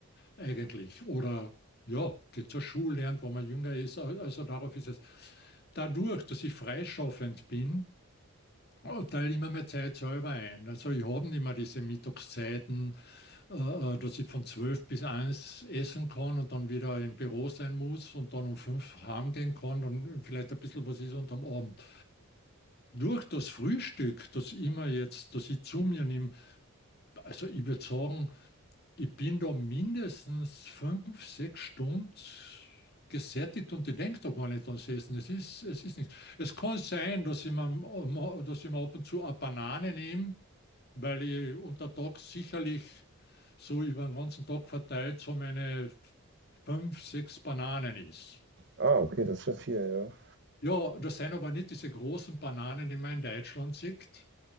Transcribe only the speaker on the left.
Eigentlich. Oder ja, geht zur Schule, lernt, wenn man jünger ist. Also darauf ist es. Dadurch, dass ich freischaffend bin, Oh, teile immer mehr Zeit selber ein. Also ich habe nicht mehr diese Mittagszeiten, äh, äh, dass ich von 12 bis eins essen kann und dann wieder im Büro sein muss und dann um 5 heimgehen kann, dann vielleicht ein bisschen was ist und am Abend. Durch das Frühstück, das immer jetzt, das ich zu mir nehme, also ich würde sagen, ich bin da mindestens 5 6 Stunden gesättigt und ich denke da gar nicht ans Essen. Es ist, es ist nichts. Es kann sein, dass ich mir, dass ich mir ab und zu eine Banane nehme, weil ich unter Tag sicherlich so über den ganzen Tag verteilt so meine fünf, sechs Bananen isst.
Ja, das sind aber nicht diese großen Bananen, die man in Deutschland sieht,